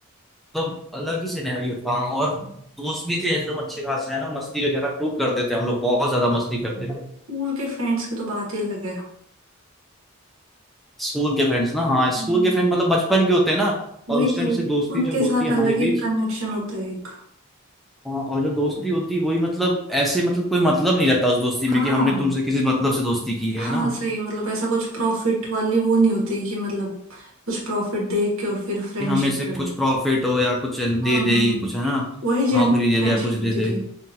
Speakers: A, in the centre; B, on the right (about 70°).
A: मतलब अलग ही सिनेरियो था और दोस्त भी थे एकदम अच्छे खासे है ना मस्ती वगैरह खूब करते थे हम लोग बहुत ज्यादा मस्ती करते थे
B: स्कूल के फ्रेंड्स की तो बात ही अलग है
A: स्कूल के फ्रेंड्स ना हाँ
B: हम्म
A: स्कूल के फ्रेंड मतलब बचपन के होते हैं ना
B: वही
A: और उस टाइम
B: तो
A: जैसे दोस्ती
B: उनके
A: जो होती
B: साथ
A: है
B: अलग
A: हमारे
B: ही
A: बीच
B: कनेक्शन होता है एक
A: हाँ और जो दोस्ती होती है वही मतलब ऐसे मतलब कोई मतलब नहीं रहता उस दोस्ती
B: हाँ
A: में कि हमने तुमसे किसी मतलब से दोस्ती की है
B: हाँ
A: ना
B: सही मतलब ऐसा कुछ प्रॉफिट वाली वो नहीं होती कि मतलब कुछ प्रॉफिट दे के और फिर फ्रेंडशिप
A: कि हमें से कुछ
B: करें
A: प्रॉफिट हो या कुछ दे
B: हाँ
A: दे
B: हाँ
A: ये कुछ है ना
B: वही जेन्युइन
A: नौकरी दे
B: फ्रेंडशिप
A: दे या कुछ दे
B: होती
A: दे
B: थी